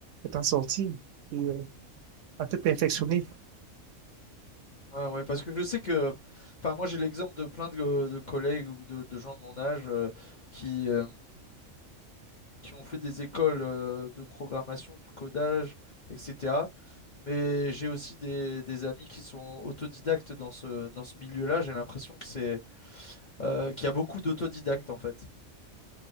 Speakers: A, on the right; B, on the left.
A: à t'en sortir et euh, à te perfectionner.
B: Ouais, ouais, parce que je sais que, enfin, moi j'ai l'exemple de plein de, euh, de collègues ou de, de gens de mon âge euh, qui, euh, qui ont fait des écoles euh, de programmation, ou de codage, etc. Mais j'ai aussi des, des amis qui sont autodidactes dans ce, dans ce milieu-là. J'ai l'impression que c'est, euh, qu'il y a beaucoup d'autodidactes en fait.